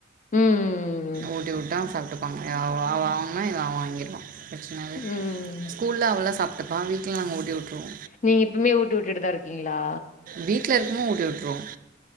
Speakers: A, on the left; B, on the right.
A: ம்
B: ஊட்டி வுட்டா அவ சாப்ட்டுப்பாங்க ஏ வ வாங்குனா இவ வாங்கிருவா பிரச்சன அது
A: ம்
B: ஸ்கூல்ல அவளா சாப்ட்டுப்பா வீட்ல நாங்க ஊட்டி வுட்ருவோ
A: நீங்க இப்பமே ஊட்டி விட்டுட்டுதா இருக்கீங்களா
B: வீட்ல இருக்குமோ ஊட்டி வுட்றோ